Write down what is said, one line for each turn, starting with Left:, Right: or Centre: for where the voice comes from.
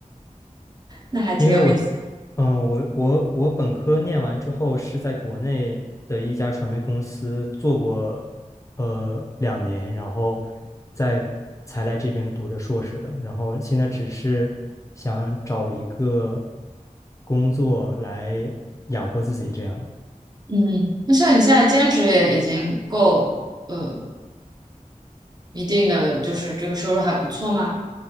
Right: 那还挺有意思。
Left: 因为我，嗯、我我我本科念完之后是在国内的一家传媒公司做过，呃，两年，然后再才来这边读的硕士的。然后现在只是想找一个工作来养活自己，这样。
Right: 嗯，那像你现在兼职也已经够呃一定的，就是这个收入还不错吗？